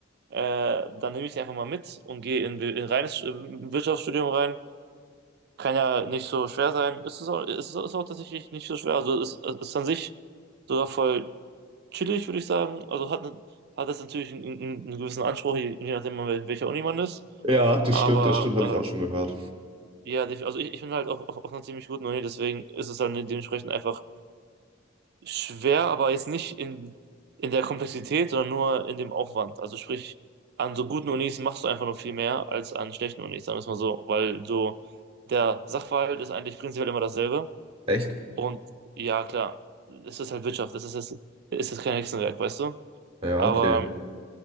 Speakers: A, on the right; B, on the right.
A: Äh, dann nehme ich sie einfach mal mit und gehe in, in reines äh, Wirtschaftsstudium rein. Kann ja nicht so schwer sein. Ist es auch, ist es auch, ist auch tatsächlich nicht so schwer. Also es es ist an sich sogar voll chillig, würde ich sagen. Also hat, hat es natürlich einen, einen einen gewissen Anspruch, je, je nachdem, an wel- welcher Uni man ist.
B: Ja, das
A: Aber
B: stimmt, das stimmt, habe
A: äh,
B: ich auch schon gehört.
A: ja, def- also ich, ich bin halt auf, auf, auf einer ziemlich guten Uni, deswegen ist es dann dementsprechend einfach Schwer, aber jetzt nicht in, in der Komplexität, sondern nur in dem Aufwand. Also sprich, an so guten Unis machst du einfach nur viel mehr als an schlechten Unis, sagen wir es mal so, weil so der Sachverhalt ist eigentlich prinzipiell immer dasselbe.
B: Echt?
A: Und ja, klar, es ist halt Wirtschaft, es ist, es ist jetzt kein Hexenwerk, weißt du?
B: Ja,
A: Aber
B: okay.